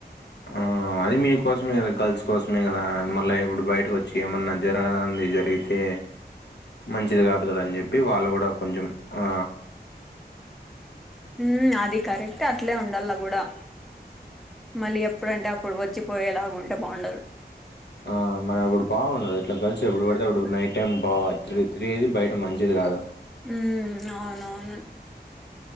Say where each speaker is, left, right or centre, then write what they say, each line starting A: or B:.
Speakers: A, on the left; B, in the centre.
A: ఆ అది మీకోసమే కదా గర్ల్స్ కోసమే కదా మల్ల ఇప్పుడు బయటకు వచ్చి ఏమన్నా జరగరానిది జరిగితే మంచిది కాదు కదా అని చెప్పి వాళ్ళు కూడా కొంచెం ఆ
B: ఉ అది కరెక్టే అట్లే ఉండల్ల గుడా మళ్ళీ ఎప్పుడంటే అప్పుడు వచ్చిపోయేలాగా ఉంటే బాగుండదు
A: ఆ మరి అప్పుడు బాగుండదు ఇట్లా గర్ల్స్ ఎబుడు పడితే అబుడు నైట్ టైమ్ బాగ తిరిగేది బయట మంచిది కాదు
B: హ్మ్ అవునవును